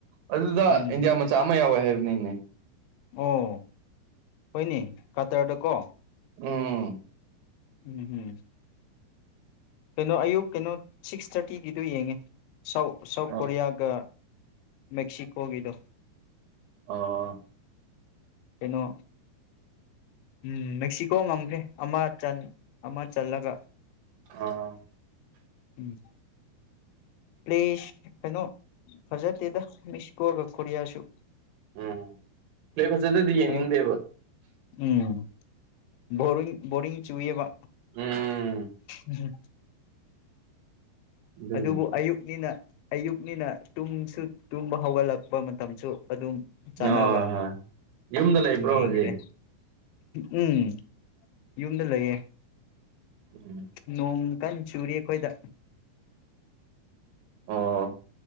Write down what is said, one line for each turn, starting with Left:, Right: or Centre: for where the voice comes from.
Right: ꯑꯗꯨꯗ
Left: ꯎꯝ
Right: ꯏꯟꯗꯤꯌꯥ ꯃꯆꯥ ꯑꯃ ꯌꯥꯎꯑꯦ꯫ ꯍꯩꯕꯅꯤꯅꯦ ꯫
Left: ꯑꯣ ꯍꯣꯏꯅꯦ ꯀꯇꯔꯗ ꯀꯣ
Right: ꯎꯝ꯫
Left: ꯎꯝ ꯍꯝ꯫ ꯀꯩꯅꯣ ꯑꯌꯨꯛ ꯀꯩꯅꯣ ꯁꯤꯛꯁ ꯊꯥꯔꯇꯤꯒꯤꯗꯨ ꯌꯦꯡꯉꯦ꯫ ꯁꯥꯎ ꯁꯥꯎꯠ
Right: ꯑꯣ
Left: ꯀꯣꯔꯤꯌꯥꯒ ꯃꯦꯛꯁꯤꯀꯣꯒꯤꯗꯣ
Right: ꯑꯣ꯫
Left: ꯀꯩꯅꯣ ꯎꯝ ꯃꯦꯛꯁꯤꯀꯣ ꯉꯝꯈ꯭ꯔꯦ ꯑꯃ ꯆꯟ ꯑꯃ ꯆꯜꯂꯒ
Right: ꯑꯥ꯫
Left: ꯎꯝ꯫ ꯄꯂꯦꯁ ꯀꯩꯅꯣ ꯐꯖꯗꯦꯗ ꯃꯦꯁꯤ ꯀꯣꯒ ꯀꯣꯔꯤꯌꯥꯁꯨꯨ
Right: ꯎꯝ ꯄ꯭ꯂꯦ ꯐꯖꯗꯗꯤ ꯌꯦꯡꯅꯤꯡꯗꯦꯕ
Left: ꯑꯌꯨꯛ
Right: ꯫
Left: ꯎꯝ ꯕꯔꯤ ꯕꯣꯔꯤꯡ ꯆꯨꯏꯕ꯫
Right: ꯎꯝ꯫
Left: ꯎꯝ꯫
Right: ꯑꯗꯨꯅꯤ
Left: ꯑꯗꯨꯕꯨ ꯑꯌꯨꯛꯅꯤꯅ ꯑꯌꯨꯛꯅꯤꯅ ꯇꯨꯝꯁꯨ ꯇꯨꯝꯕ ꯍꯧꯒꯠꯂꯛꯄ ꯃꯇꯝꯁꯨ ꯑꯗꯨꯝ ꯆꯥꯟꯅꯕ
Right: ꯍ ꯍꯣꯏ ꯌꯨꯝꯗ ꯂꯩꯕ꯭ꯔꯣ
Left: ꯌꯦꯡꯈ꯭ꯔꯦ
Right: ꯍꯧꯖꯤꯛ?
Left: ꯎꯝ꯫ ꯌꯨꯝꯗ ꯂꯩꯌꯦ
Right: ꯎꯝ
Left: ꯅꯣꯡ ꯀꯟ ꯆꯨꯔꯤ ꯑꯩꯈꯣꯏꯗ
Right: ꯑꯣ